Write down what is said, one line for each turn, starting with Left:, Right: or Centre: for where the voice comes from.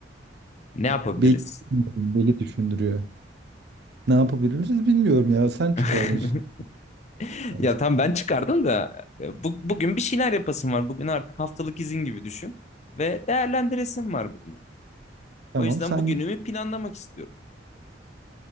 Left: Ne yapabiliriz?
Right: Beli, bilmiyorum, beli düşündürüyor. Ne yapabiliriz bilmiyorum ya. Sen çıkardın
Left: <laughs>
Right: şimdi. Yani
Left: Ya
Right: sen-
Left: tam ben çıkardım da e, bu, bugün bir şeyler yapasım var. Bugün artık haftalık izin gibi düşün ve değerlendiresim var bugünü.
Right: Tamam
Left: O yüzden
Right: sen
Left: bugünümü
Right: git.
Left: planlamak istiyorum.